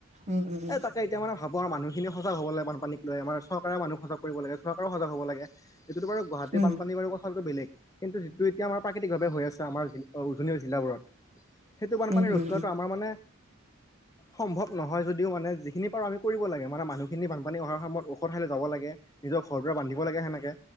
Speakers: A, on the right; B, on the left.
A: উম উম
B: এ, তাকেই। এতিয়া মানে মানুহসিনি সজাগ হ'ব লাগে বানপানীক লৈ আমাৰ চৰকাৰে মানুহ সজাগ কৰিবা লাগে চৰকাৰে সজাগ হ'ব লাগে। এইটোতো বাৰো গুৱাহাটীৰ
A: উম উম
B: বানপানী বাৰু কথাটো বেলেগ। কিন্তু যিটো এতিয়া আমাৰ প্ৰাকৃতিকভাৱে হৈ আছে আমাৰ উজনীয়া জিলাবোৰত। সেইটো
A: উম
B: বানপানী ৰোধ
A: উম
B: কৰাটো আমাৰ মানে সম্ভৱ নহয় যদিও মানে যিখিনি পাৰো আমি। কৰিব লাগে মানে মানুহখিনি বানপান অহাৰ সময়ত ওখ ঠাইলৈ যাব লাগে। নিজৰ ঘৰ দৰে বান্ধিব লাগে সেনেকে